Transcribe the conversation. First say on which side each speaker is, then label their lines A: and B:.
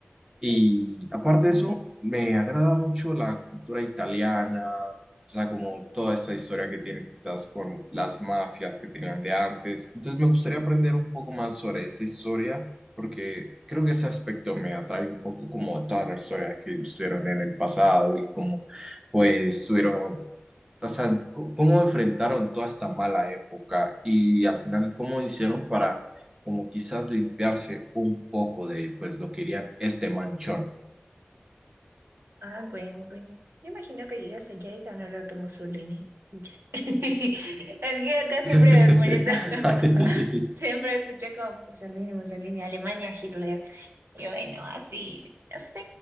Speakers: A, on the right; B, on the right.
A: Y aparte de eso, me agrada mucho la cultura italiana, o sea, como toda esta historia que tienen quizás con las mafias que tenían de antes. Entonces me gustaría aprender un poco más sobre esa historia, porque creo que ese aspecto me atrae un poco como toda la historia que ellos tuvieron en el pasado y como pues tuvieron o sea, c- cómo enfrentaron toda esta mala época y al final cómo hicieron para como quizás limpiarse un poco de pues lo que querían este manchón.
B: Ah, bueno, bueno. Yo imagino que llegas allá y te van a hablar de Mussolini. Y ya. <laughs> Es que acá siempre
A: <laughs>
B: me molesta. <laughs> Siempre escucho como Mussolini, Mussolini, Alemania, Hitler. Y bueno, así, no sé.